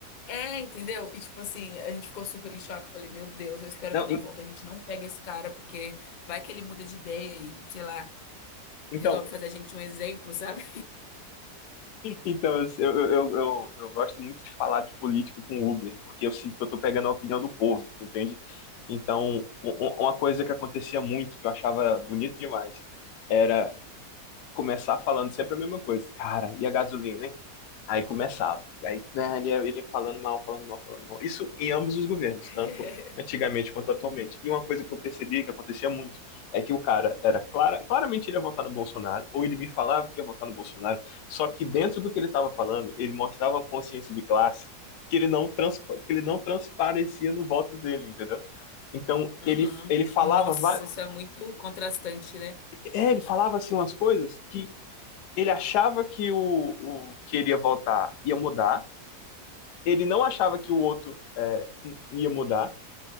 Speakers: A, on the left; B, on the left.
A: É, entendeu? E, tipo assim, a gente ficou super em choque. Eu Falei, meu Deus, eu espero
B: Não,
A: que na
B: en-
A: volta a gente não pegue esse cara, porque vai que ele muda de ideia e, sei lá,
B: então,
A: resolve fazer a gente um exemplo, sabe?
B: então eu, eu, eu, eu, eu gosto muito de falar de política com Uber, porque eu sinto que eu tô pegando a opinião do povo, entende? Então, u- u- uma coisa que acontecia muito, que eu achava bonito demais, era começar falando sempre a mesma coisa. Cara, e a gasolina, hein? Aí começava. Aí, né, ele, ia, ele ia falando mal, falando mal, falando mal. Isso em ambos os governos,
A: <laughs>
B: tanto antigamente quanto atualmente. E uma coisa que eu percebia que acontecia muito é que o cara era clara, claramente ele ia votar no Bolsonaro, ou ele me falava que ia votar no Bolsonaro, só que dentro do que ele estava falando, ele mostrava uma consciência de classe que ele não, transpa- que ele não transparecia no voto dele, entendeu? Então,
A: Uhum.
B: ele, ele falava,
A: Nossa,
B: va-
A: isso é muito contrastante, né?
B: é, ele falava assim umas coisas que ele achava que o, o que ele ia votar ia mudar ele não achava que o outro é, ia mudar,